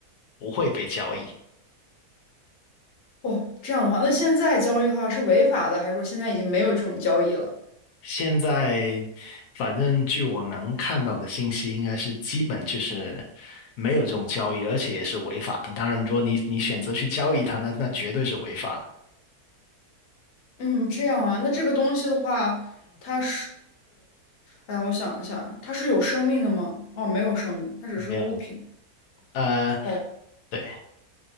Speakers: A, on the left; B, on the left.
A: 不会被交易。
B: 哦，这样的话，那现在交易的话是违法的，还是说现在已经没有这种交易了？
A: 现在反正据我能看到的信息，应该是基本就是没有这种交易，而且也是违法的。当然，如果你你选择去交易它，那那绝对是违法的。
B: 嗯，这样啊，那这个东西的话，它是，哎呀，我想一下，它是有生命的吗？哦，没有生命，它只是物品。
A: 没有，呃，
B: 哦，
A: 对，